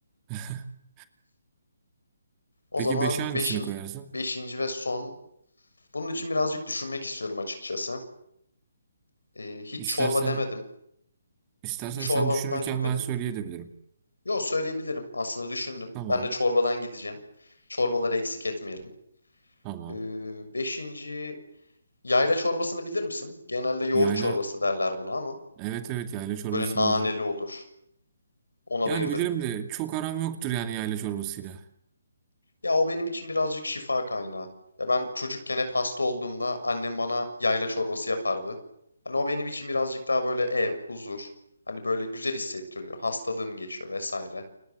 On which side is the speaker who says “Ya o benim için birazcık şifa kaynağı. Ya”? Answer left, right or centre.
Left